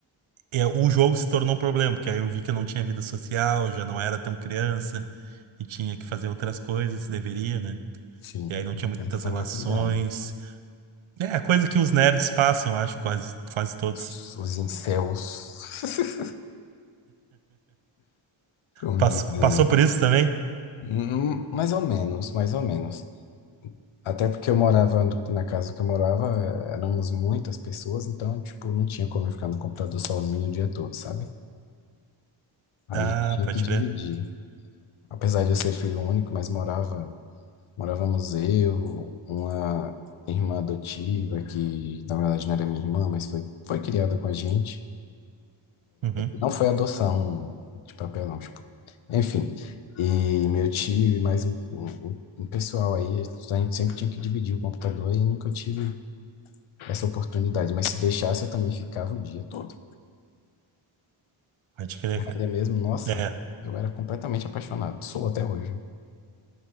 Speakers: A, on the right; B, on the left.
A: é, o jogo se tornou um problema, porque aí eu vi que eu não tinha vida social, já não era tão criança e tinha que fazer outras coisas, deveria, né?
B: Enfim,
A: E aí não
B: então
A: tinha muitas
B: tem que tomar
A: relações.
B: cuidado.
A: É, coisa que os nerds passam, acho, quase, quase todos.
B: Os os incels, <laughs> como
A: Passou,
B: dizem.
A: passou por isso também?
B: Hum, hum, Mais ou menos, mais ou menos. Até porque eu morava na casa que eu morava, é, éramos muitas pessoas, então, tipo, não tinha como eu ficar no computador sozinho o dia todo, sabe? Aí
A: Ah,
B: tinha
A: pode
B: que dividir.
A: crer.
B: Apesar de eu ser filho único, mas morava, morávamos eu, uma irmã adotiva, que na verdade não era minha irmã, mas foi, foi criada com a gente.
A: Uhum,
B: Não foi adoção de papel, não, tipo. Enfim. E meu tio e mais um, um, um pessoal aí, a gente sempre tinha que dividir o computador e eu nunca tive essa oportunidade, mas se deixasse eu também ficava o dia todo.
A: pode crer, cara.
B: É mesmo, nossa,
A: É,
B: eu era completamente apaixonado, sou até hoje.